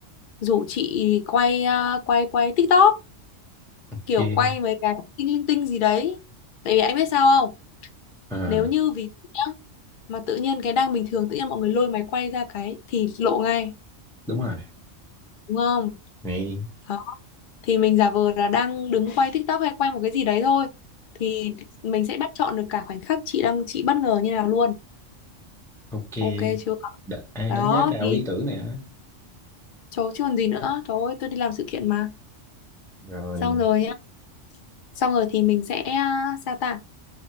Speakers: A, on the left; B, in the centre.
A: rủ chị quay ờ, quay quay TikTok
B: ok.
A: kiểu quay mấy cái tinh linh tinh gì đấy tại vì anh biết sao không
B: À,
A: nếu như ví dụ nhá mà tự nhiên cái đang bình thường tự nhiên mọi người lôi máy quay ra cái thì lộ ngay
B: đúng rồi.
A: đúng không
B: Này,
A: Đó. thì mình giả vờ là đang đứng quay TikTok hay quay một cái gì đấy thôi thì mình sẽ bắt chọn được cả khoảnh khắc chị đang chị bất ngờ như nào luôn
B: ok.
A: ok chưa
B: Đ- ê,
A: đó
B: đánh giá cao
A: thì
B: ý tưởng này á.
A: chỗ chứ còn gì nữa trời ơi tôi đi làm sự kiện mà
B: rồi
A: xong rồi nhá xong rồi thì mình sẽ à, sao ta